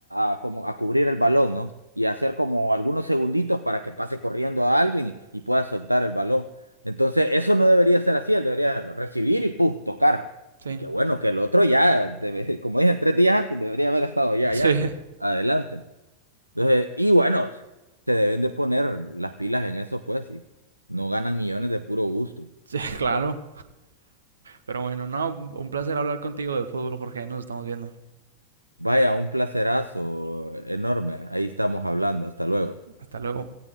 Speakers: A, on the right; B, on the right.
A: a, a como a cubrir el balón, ¿no? Y a hacer como algunos segunditos para que pase corriendo a alguien y, y pueda soltar el balón. Entonces, eso no debería ser así, él debería recibir y ¡pum! tocar.
B: Sí,
A: Y qué bueno que el otro ya, debe- como dije, tres días antes debería haber estado ya,
B: <laughs> sí,
A: ya, adelante. Entonces, y bueno, se deben de poner las pilas en eso, pues, y no ganan millones de puro gusto.
B: sí, claro. Pero bueno, no, un placer hablar contigo de fútbol, Jorge. Nos estamos viendo.
A: Vaya, un placerazo enorme. Ahí estamos hablando. Hasta luego.
B: Hasta luego.